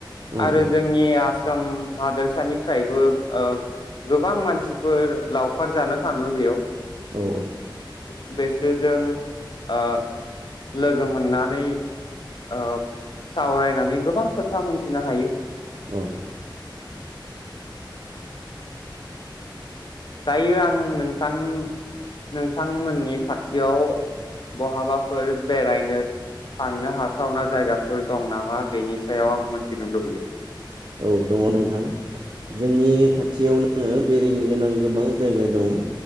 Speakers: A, on the left (about 65°); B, on the right (about 60°).
A: आरो
B: औ
A: जोंनि आसाम हादोरसानिफ्रायबो ओ गोबां मानसिफोर लावखार जानो थाङो बेयाव
B: औ
A: बे बेसोरजों ओ लोगो मोननानै ओ सावरायनानै गोबां खोथा मोन थिनो हायो।
B: औ
A: दायो आं नोंथां नोंथांमोननि खाथियाव बहाबाफोर बेरायनो थांनो हाथावना जायगाफोर दं नामा बेनि सायाव आं मिथिनो लुबैयो।
B: औ दङ नोंथां जोंनि खाथियाव नो बेरायनो गोनां गोबां जायगा दं